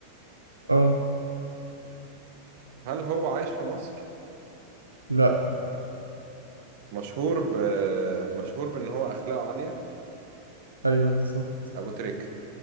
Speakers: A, on the right; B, on the right.
A: اه
B: هل هو عايش في مصر
A: لا
B: مشهور ب مشهور بأن هو أخلاقه عالية
A: أيوة بالظبط
B: أبو تريك